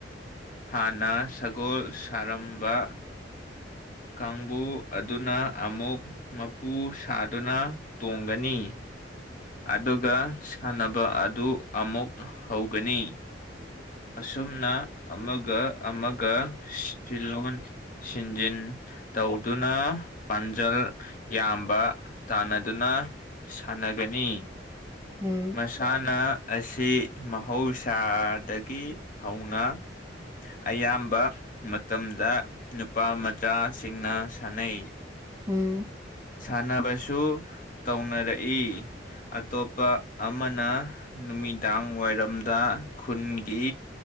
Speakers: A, on the left (about 45°); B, on the right (about 15°).
A: ꯍꯥꯟꯅ ꯁꯒꯣꯜ ꯁꯥꯔꯝꯕ ꯀꯥꯡꯕꯨ ꯑꯗꯨꯅ ꯑꯃꯨꯛ ꯃꯄꯨ ꯁꯥꯗꯨꯅ ꯇꯣꯡꯒꯅꯤ꯫ ꯑꯗꯨꯒ ꯁꯥꯟꯅꯕ ꯑꯗꯨ ꯑꯃꯨꯛ ꯍꯧꯒꯅꯤ꯫
B: <inaudible>
A: ꯑꯁꯨꯝꯅ ꯑꯃꯒ-ꯑꯃꯒ ꯁꯤꯂꯜꯣꯟ ꯁꯤꯟꯖꯤꯟ ꯇꯧꯗꯨꯅ ꯄꯥꯟꯖꯜ ꯌꯥꯝꯕ ꯇꯥꯟꯅꯗꯨꯅ ꯁꯥꯟꯅꯒꯅꯤ꯫
B: <unintelligible>
A: ꯃꯁꯥꯟꯅ ꯑꯁꯤ ꯃꯍꯧꯁꯥꯗꯒꯤ ꯍꯧꯅ ꯑꯌꯥꯝꯕ ꯃꯇꯝꯗ ꯅꯨꯞ ꯄꯥ ꯃꯆꯥꯁꯤꯡꯅ ꯁꯥꯅꯩ꯫
B: ꯎꯝ
A: ꯁꯥꯟꯅꯕꯁꯨ ꯇꯧꯅꯔꯛꯏ꯫ ꯑꯇꯣꯞꯄ ꯑꯃꯅ ꯅꯨꯃꯤꯗꯥꯡ ꯋꯥꯏꯔꯝꯗ ꯈꯨꯟꯒꯤ